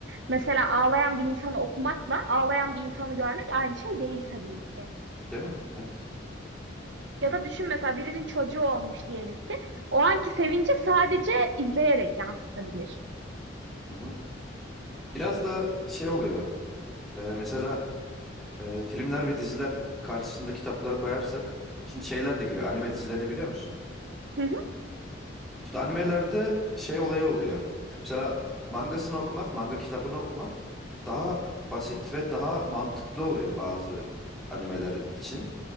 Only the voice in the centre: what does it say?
Değil mi? Evet.
Hı hı. Biraz da şey oluyor. Ee, mesela e, filmler ve diziler karşısında kitapları koyarsak şimdi şeyler de giriyor. Anime dizilerini biliyor musun?
Şimdi animelerde şey olayı oluyor. Mesela mangasını okumak, manga kitabını okumak daha basit ve daha mantıklı oluyor bazı animeler için.